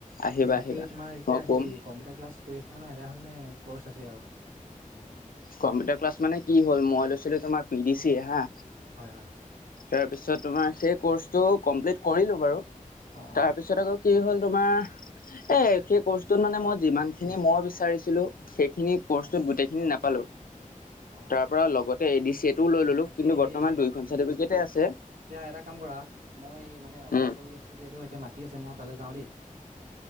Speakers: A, on the left; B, on the right.
A: আহিবা
B: বাকী
A: আহিবা
B: তোমাৰ এতিয়া
A: মই কম
B: হেই কম্পিউটাৰ ক্লাছ কৰি আছে ন নহয় এটা হ'ল নে কৰ্চ আছে আৰু
A: কম্পিউটাৰ ক্লাছ মানে কি হ'ল মই লৈছিলো তোমাৰ পি ডি চি হা
B: হয় হয়
A: তাৰ পিছত তোমাৰ সেই কৰ্চটো কমপ্লিট কৰিলো বাৰু
B: অ অ
A: তাৰপিছত আকৌ কি হ'ল তোমাৰ এ সেই কৰ্চটোত মানে মই যিমান খিনি মই বিচাৰিছো সেইখিনি কচটোত
B: অ অ
A: গোটেই খিনি নাপালো
B: অ
A: তাৰপৰা
B: অ
A: লগতে এ ডি চি এটোও লৈ ললো
B: বাকী
A: কিন্তু
B: সেই
A: বৰ্তমান দুইখন
B: উম
A: চাৰ্টিফিকেটে আছে
B: এতিয়া এটা কাম কৰা মই মানেসোৱা
A: উম
B: কৰি আছো যে এতিয়া মাতি আছে মই তালৈ যাওঁ দেই